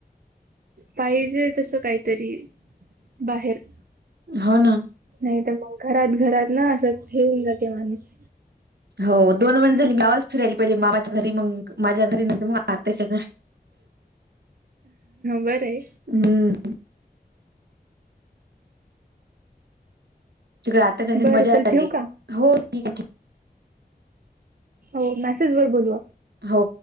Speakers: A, on the right; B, on the right.
A: पाहिजे तसं काहीतरी बाहेर
B: हो ना
A: नाही तर मग घरात घरात ना असं ठेऊन जाते माणूस
B: हो दोन वन झाली मावाच फिरायली पाहिजे मामाच्या घरी मग माझ्या घरी न मग आताच्या घरी
A: बर आहे
B: हम्म तिकडे आता सगळे
A: बरं
B: मजा
A: चल
B: आली
A: ठेवू का
B: हो ठी
A: हो मेसेज वर बोलवा
B: हो